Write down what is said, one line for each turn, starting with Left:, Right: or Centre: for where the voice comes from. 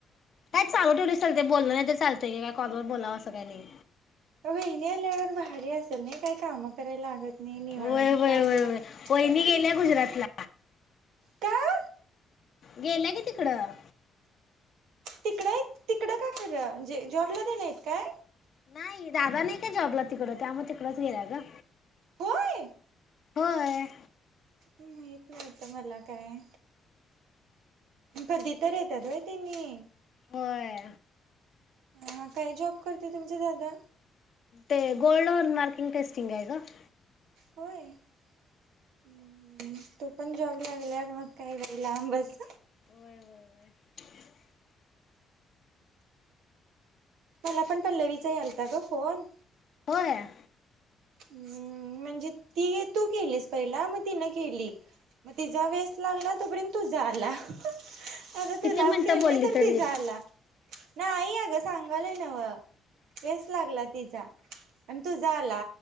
Left: काय चालू ठेव लते बोलल नाही तर चालतय. की काय कॉलवर बोलावं असं काही नाही.
Right: अ इन लवर बाहेरी असल न काय काम? कराय लागत नाही निवांत
Left: व्हय व्हय
Right: आपलं.
Left: व्हय व्हय वहिनी गेल्या गुजरातला
Right: त्या
Left: गेला की तिकडं.
Right: तिकडं आहेत? तिकडं का गेल्यात? म्हणजे जॉबला गेल्यात काय?
Left: नाही दादा नाही का जॉबला तिकड, त्या मग तिकडच गेल्या ग.
Right: होय?
Left: होय.
Right: माहित नव्हत मला काय. कधी तर येतात व्हय, तीने?
Left: होय
Right: हा काय जॉब करते तुम क दादा
Left: ते गोल्डवर मार्किंग टेस्टिंग आहे गं.
Right: होय? हं हं. तू पण जॉब लागल्यावर मग काय बाई लांबच.
Left: होय <inaudible>
Right: मला पण पल्लवीचा यालता ग फोन.
Left: होय?
Right: हम्म म्हणजे ती तू केलीस पहिला मग तिनं केली. म तिचा वेस्त लागला तोपर्यंत तूझा आला. <inaudible> आता
Left: किती
Right: तूला
Left: मिनिटं
Right: व केलाय
Left: बोलली
Right: तर
Left: तरी
Right: तीजा आला. नाही अगं सांगालोय. न्हव वेस्त लागला. तिजा. आन तूझा आला.